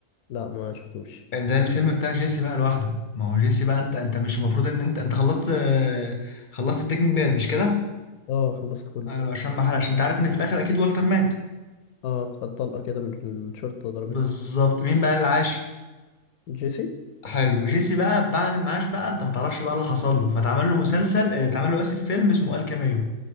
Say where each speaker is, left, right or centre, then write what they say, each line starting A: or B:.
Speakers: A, on the left (about 75°); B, on the left (about 45°).
A: لا ما شفتوش
B: ده الفيلم بتاع جيسي بقى لوحده ما هو جيسي بقى انت انت مش المفروض ان انت انت خلصت آه، خلصت بريكنج باد مش كده
A: اه خلصت كله
B: قالوا عشان ما حرقش انت عارف ان في الاخر اكيد والتر مات
A: اه خد طلقه كده من الشرطه ضربته
B: بالظبط مين بقى اللي عاش
A: جيسي
B: حلو جيسي بقى بعد ما عاش بقى انت ما تعرفش بقى اللي حصل له فتعمل له مسلسل آه، اتعمل له اسف فيلم اسمه الكاميو